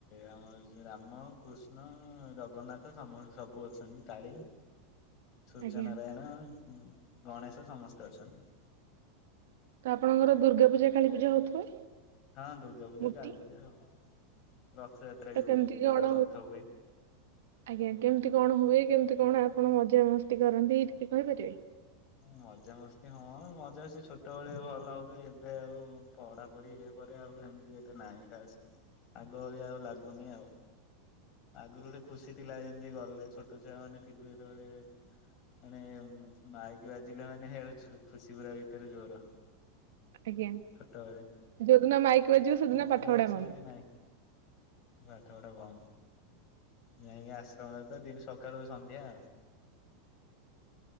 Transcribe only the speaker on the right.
ଆଜ୍ଞା
ତ ଆପଣଙ୍କର ଦୁର୍ଗାପୂଜା କାଳୀପୂଜା ହଉଥିବ?
ମୂର୍ତ୍ତି
ତ
କେମିତି
କଣ
ଆଜ୍ଞା କେମିତି କଣ ହୁଏ, କେମିତି କଣ ଆପଣ ମଜାମସ୍ତି କରନ୍ତି, ଟିକେ କହିପାରିବେ?
ଆଜ୍ଞା
ଯୋଉଦିନ ମାଇକ୍ ବାଜିବ ସେଦିନ
ପାଠପଢା
ବନ୍ଦ।